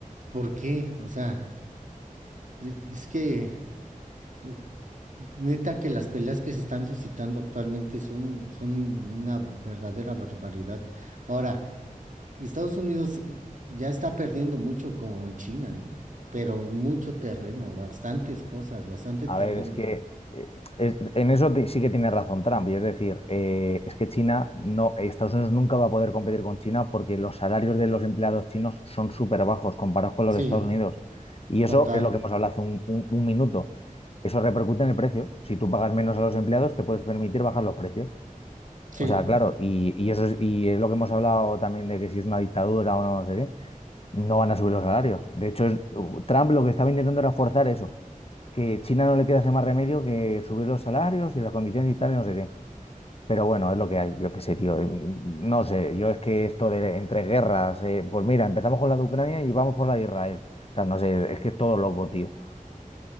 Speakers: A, on the right; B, on the left.
A: ¿por qué? O sea, es es que... eh, Neta que las peleas que se están suscitando actualmente son, son una verdadera barbaridad. Ahora, Estados Unidos eh, ya está perdiendo mucho con China, ¿eh? Pero mucho terreno, bastantes cosas, bastante
B: A
A: terreno.
B: ver, es que eh, es- en eso ti- sí que tiene razón Trump, y es decir, eh, es que China no, Estados Unidos nunca va a poder competir con China porque los salarios de los empleados chinos son súper bajos comparados con los
A: Sí,
B: de Estados Unidos. Y eso
A: total.
B: es lo que hemos hablado hace un, un- un minuto. Eso repercute en el precio. Si tú pagas menos a los empleados, te puedes permitir bajar los precios.
A: Sí.
B: O sea, claro, y, y eso es, y es lo que hemos hablado también de que si es una dictadura o no, no sé qué, no van a subir los salarios. De hecho, es- Trump lo que estaba intentando era forzar eso que China no le queda ese más remedio que subir los salarios y las condiciones y tal, y no sé qué. Pero bueno, es lo que hay, yo qué sé, tío. eh, No sé, yo es que esto de entre guerras, eh, pues mira, empezamos con la de Ucrania y vamos por la de Israel. O sea, no sé, es que es todo loco, tío.